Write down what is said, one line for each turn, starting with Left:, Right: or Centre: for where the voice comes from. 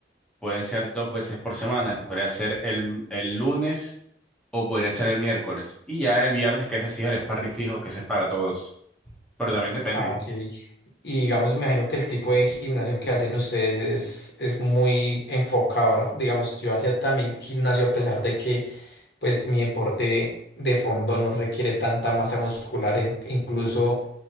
Centre: pueden ser dos veces por semana, que podría ser el, el lunes o podría ser el miércoles. Y ya el viernes, que ese sí es el sparring fijo, que ese es para todos. Pero también depende.
Left: Ah, ok. Y digamos, me imagino que el tipo de gimnasio que hacen ustedes es, es muy enfocado, ¿no? Digamos, yo hacía también gimnasio a pesar de que, pues, mi deporte de fondo no requiere tanta masa muscular. in- incluso